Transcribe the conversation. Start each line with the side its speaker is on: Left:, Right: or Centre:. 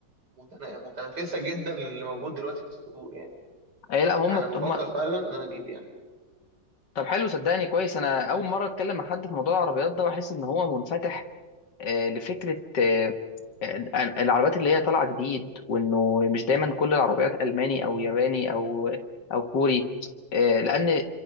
Right: متنا- متنافسه جدا للي موجود دلوقتي في السوق يعني
Left: اي لا هم
Right: انا بفكر
Left: هم
Right: فعلا ان انا اجيب يعني
Left: طب حلو صدقني كويس انا اول مره اتكلم مع حد في موضوع العربيات ده واحس ان هو منفتح آه، لفكره آه، آه، العربيات اللي هي طالعه جديد وانه مش دايما كل العربيات الماني او ياباني او او كوري آه، لان